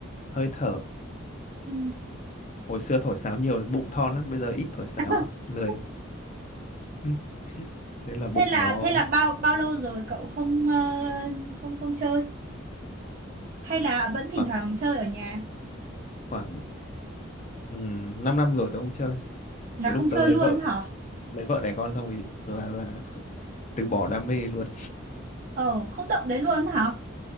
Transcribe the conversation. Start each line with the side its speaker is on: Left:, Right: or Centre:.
Left: hơi thở
Right: Ừ.
Left: hồi xưa thổi sáo nhiều đến bụng thon lắm bây giờ ít thổi sáo
Right: <laughs>
Left: lười Ừm, nên là bụng
Right: Thế là
Left: nó
Right: thế là bao bao lâu rồi cậu không ờ, không không chơi? Hay là vẫn
Left: khoảng
Right: thỉnh thoảng chơi ở nhà?
Left: khoảng um, 5 năm rồi tớ không chơi
Right: Là
Left: từ
Right: không
Left: lúc
Right: chơi
Left: tớ lấy
Right: luôn
Left: vợ
Right: hả?
Left: lấy vợ đẻ con xong thì là là từ bỏ đam mê luôn
Right: Ờ, không động đến luôn hả?